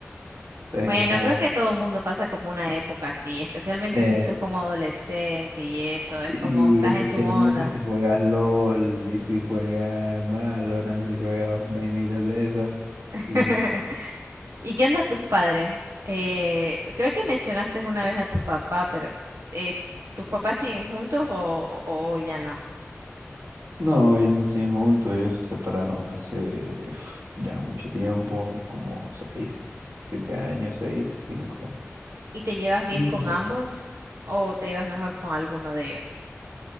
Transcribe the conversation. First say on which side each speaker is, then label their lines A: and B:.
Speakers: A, on the right (about 85°); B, on the right (about 65°).
A: Entonces,
B: Bueno,
A: como,
B: creo que todo el mundo pasa como una época así, especialmente
A: se,
B: si sos como adolescente y eso,
A: sí,
B: es como estás
A: especialmente
B: en tu onda.
A: si juegas LOL y si juegas Valorant, si juegas vainitas de esas.
B: <laughs>
A: Sí.
B: ¿Y qué onda tus padres? Eh, creo que mencionaste una vez a tu papá, pero eh, ¿tus papás siguen juntos o, o ya no?
A: No, ellos no siguen juntos, ellos se separaron hace uf, ya mucho tiempo, como seis, siete años, seis, cinco.
B: ¿Y te llevas bien
A: Cinco,
B: con
A: o seis
B: ambos
A: años.
B: o te llevas mejor con alguno de ellos?